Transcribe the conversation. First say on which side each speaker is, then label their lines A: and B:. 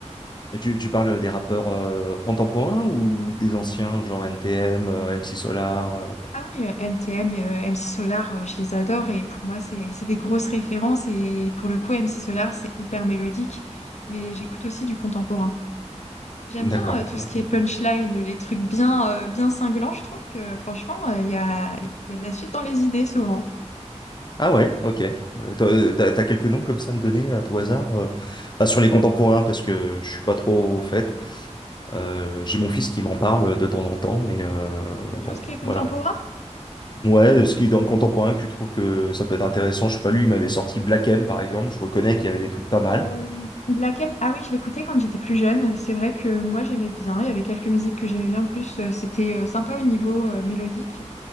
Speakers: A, on the left (about 40°); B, on the left (about 70°).
A: Et tu, tu parles des rappeurs euh, contemporains ou des anciens, genre NTM, euh, MC Solar, euh,
B: Ah oui, euh, NTM et euh, MC Solar, euh, je les adore et pour moi, c'est c'est des grosses références et pour le coup, MC Solar, c'est hyper mélodique, mais j'écoute aussi du contemporain. J'aime
A: D'accord.
B: bien euh, tout
A: ok.
B: ce qui est punchline, les trucs bien, euh, bien cinglants, je trouve que franchement, euh, il y a, il y a de la suite dans les idées souvent.
A: Ah ouais, ok. Euh, T'as, t'as- t'as quelques noms comme ça à me donner à tout hasard? euh, Pas sur les contemporains parce que je suis pas trop au fait. Euh, j'ai mon fils qui m'en parle euh, de temps en temps, mais euh,
B: Pour
A: bon,
B: tout ce qui est contemporain,
A: voilà. Ouais, ce qui est dans le contemporain que tu trouves que ça peut être intéressant, je sais pas, lui, il m'avait sorti Black M par exemple, je reconnais qu'il y avait des trucs pas mal.
B: Euh, Black M, ah oui, je l'écoutais quand j'étais plus jeune. C'est vrai que moi j'aimais bien. Il y avait quelques musiques que j'aimais bien. En plus, euh, c'était euh, sympa au niveau euh, mélodique.